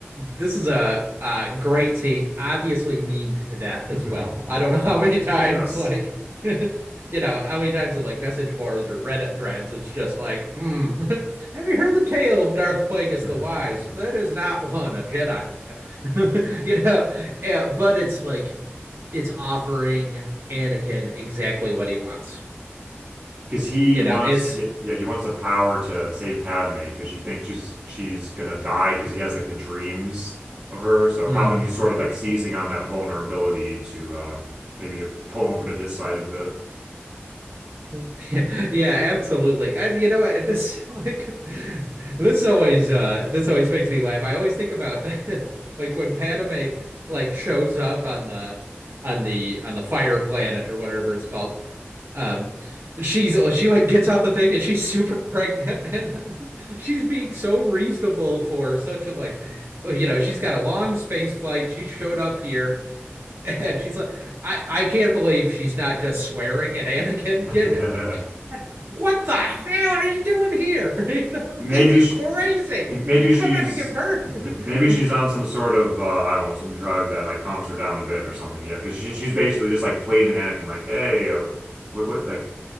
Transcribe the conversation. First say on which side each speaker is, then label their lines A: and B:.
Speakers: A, on the right; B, on the right.
A: this is a, uh great scene, obviously memed to death
B: <laughs>
A: as well. I don't know <laughs> how many times,
B: Yes.
A: like, <laughs> you know, how many times in like message boards or Reddit threads, it's just like, hmm, <laughs> have you heard the tale of Darth Plagueis
B: <laughs>
A: the Wise? That is not one a Jedi would tell, <laughs> you know. eh, but it's like it's offering Anakin exactly what he wants.
B: Because he
A: You
B: wants
A: know, it's.
B: y- yeah, he wants the power to save Padme because she thinks she's she's gonna die because he has like the dreams of her. So
A: mm.
B: Palpatine's sort of like seizing on that vulnerability to uh maybe pull him over to his side a bit.
A: <laughs> Yeah, yeah, absolutely. And you know what? This <laughs> like this always uh this always makes me laugh. I always think about <laughs> like when Padme like shows up on the on the on the fire planet or whatever it's called. Um she's she like gets off the thing and she's super pregnant <laughs> and she's being so reasonable for such a like you know, she's got a long space flight. She showed up here <laughs> and she's like I I can't believe she's not just swearing at Anakin.
B: <laughs>
A: <laughs> Get it? What the hell are you doing here? <laughs> You know,
B: Maybe
A: this is
B: she,
A: crazy.
B: maybe she's,
A: I'm about to give birth.
B: <laughs> maybe she's
A: <laughs>
B: on some sort of, uh, I don't know, some drug that like calms her down a bit or something. Yeah, because she, she's basically just like pleading to Anakin, like, hey, uh, what, what, like,